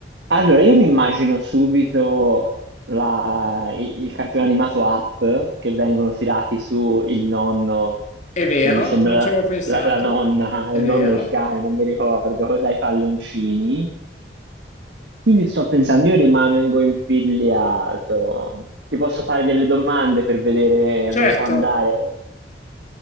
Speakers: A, on the right; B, on the left.
A: Allora, io mi immagino subito la- i- il, cartone animato Up che vengono tirati su il nonno
B: È vero,
A: e mi sembra
B: non ci avevo pensato,
A: la, la nonna,
B: è
A: o il
B: vero.
A: nonno e il cane, non mi ricordo, dai palloncini. Quindi sto pensando, io rimango impigliato. Ti posso fare delle domande per vedere
B: Certo,
A: dove può andare?